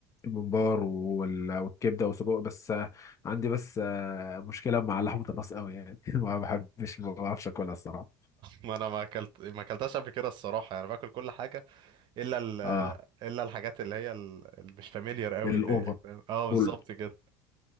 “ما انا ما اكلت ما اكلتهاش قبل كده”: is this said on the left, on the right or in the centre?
Right